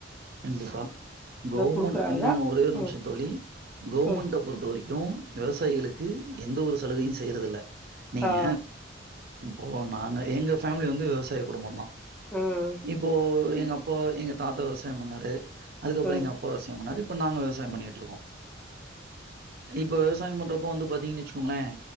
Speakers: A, on the right (about 50°); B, in the centre.
A: கண்டிப்பா கவர்மெண்ட்
B: கொடுக்குறாங்க
A: இன்னொன்னு ஒரே ஒரு நிமிஷோ
B: ம்
A: தோழி கவர்மெண்ட
B: ம்
A: பொறுத்தவரைக்கு விவசாயிகளுக் கு எந்த ஒரு சலுகையு செய்யறதில்ல நீங்க
B: ஆ
A: இப்போ நாங்க எங்க ஃபேமிலி வந்து விவசாய குடும்பந்தா
B: ம்
A: இப்போ எங்க அப் இப்போ எங்க தாத்தா விவ சாயம் பண்ணாரு அதுக்கப்புறம்
B: ம்
A: எங்க
B: ம்
A: அப்பா விவசாயம் பண்ணாரு இ ப்ப நாங்க விவசாயம் பண்ணிகிட்டு இருக்கோம் இப்ப விவசாயம் பண்றது வந்து பாத்தீங்கன்னு வச்சக்கோங்களேன்